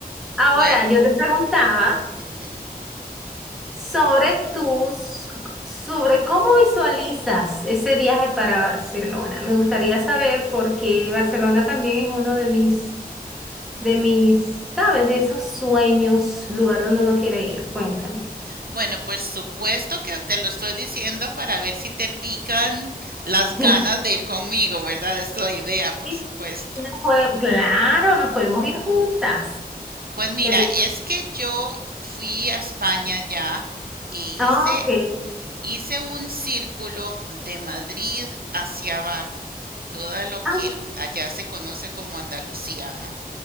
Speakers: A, in the centre; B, on the right (about 70°).
A: Ahora,
B: Bueno,
A: yo te preguntaba
B: ujú.
A: sobre tus, sobre cómo visualizas ese viaje para Barcelona. Me gustaría saber porque Barcelona también es uno de mis, de mis, ¿sabes? De esos sueños, lugar donde uno quiere ir. Cuéntame.
B: Bueno, pues supuesto que te lo estoy diciendo para ver si te pican las ganas
A: <laughs>
B: de ir conmigo, ¿verdad? Esta es la idea, por
A: Sí,
B: supuesto.
A: nos pode- claro, nos podemos ir juntas.
B: Pues mira,
A: Sería.
B: es que yo fui a España ya e hice
A: Ah, ok.
B: Hice un círculo de Madrid hacia abajo, todo lo
A: Ah,
B: que allá se conoce como Andalucía, ¿no?